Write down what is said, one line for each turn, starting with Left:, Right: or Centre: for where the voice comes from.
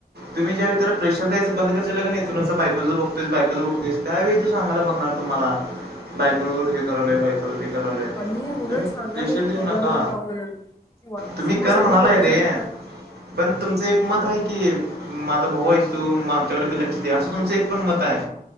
Right: तुम्ही ज्यावे प्रेशर द्यायचं बंद करयचिला कणी <inaudible> बाईक बायकुच बघतेयस बायकच बघतेस काय वेळी तू सांगाला बघगणार तुम्हाला बायकोला हे करालोइ बायकोला ते करालोय
Left: आम्ही उलट
Right: तु
Left: सांगा
Right: प्रेशर
Left: नाही
Right: देऊ
Left: की
Right: नका
Left: कर बाबा म्हणून ती वाचनासाठी
Right: तुम्ही कर म्हणालाय
Left: तरी सुद्धा
Right: रे पण तुमचं एक मत आहे की माझा भाऊ आहे तू आमच्याकडे बी लक्ष असं तुमचं एक पण मत आहे